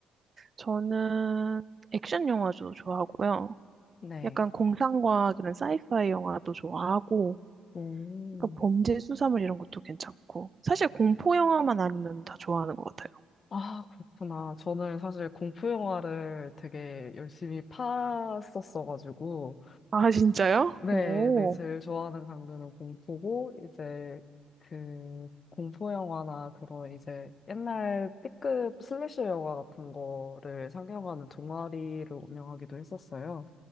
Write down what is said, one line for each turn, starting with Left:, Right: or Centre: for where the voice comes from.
Right: 저는 액션 영화도 좋아하고요.
Left: 네.
Right: 약간 공상과학 이런 사이파이 영화도 좋아하고,
Left: 오.
Right: 약간 범죄 수사물 이런 것도 괜찮고. 사실 공포 영화만 아니면 다 좋아하는 것 같아요.
Left: 아, 그렇구나. 저는 사실 공포 영화를 되게 열심히 팠었어가지고.
Right: 아, <laughs> 진짜요?
Left: 네,
Right: 오.
Left: 네. 제일 좋아하는 장르는 공포고, 이제 그 공포 영화나 그런 이제 옛날 B급 슬래셔 영화 같은 거를 상영하는 동아리를 운영하기도 했었어요.